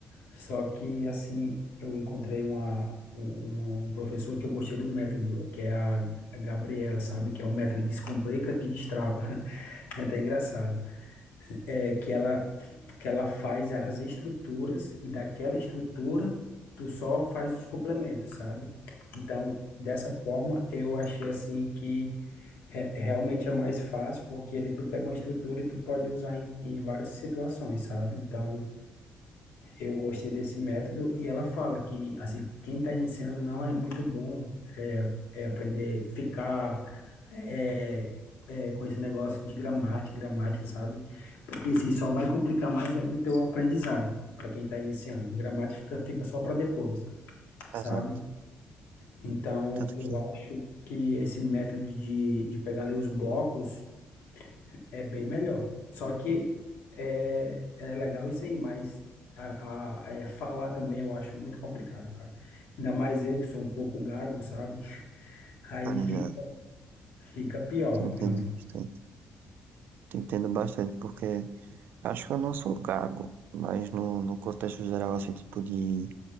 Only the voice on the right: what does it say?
Exato.
Tanto
que,
olha,
que entendo
bastante. te entendo bastante, porque acho que eu não sou gago, mas no, no contexto geral, assim, tipo de